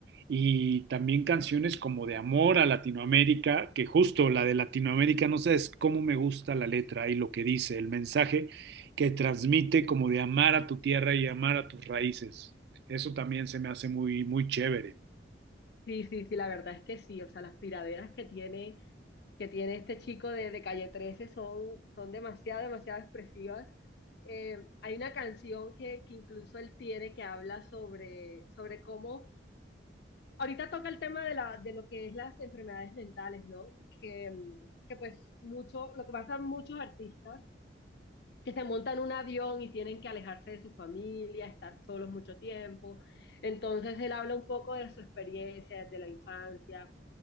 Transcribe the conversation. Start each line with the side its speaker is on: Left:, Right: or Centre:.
Right: y también canciones como de amor a Latinoamérica, que justo la de Latinoamérica, no sabes cómo me gusta la letra y lo que dice, el mensaje que transmite como de amar a tu tierra y amar a tus raíces. Eso también se me hace muy, muy chévere.
Left: Sí, sí, sí, la verdad es que sí, o sea, las tiraderas que tiene, que tiene este chico de, de Calle trece son, son demasiado, demasiado expresivas. Eh, hay una canción que, que incluso él tiene que habla sobre, sobre cómo, ahorita toca el tema de, la, de lo que es las enfermedades mentales, ¿no? Que, mm, que pues mucho, lo que pasa a muchos artistas, que se montan en un avión y tienen que alejarse de su familia, estar solos mucho tiempo. Entonces él habla un poco de su experiencia de la infancia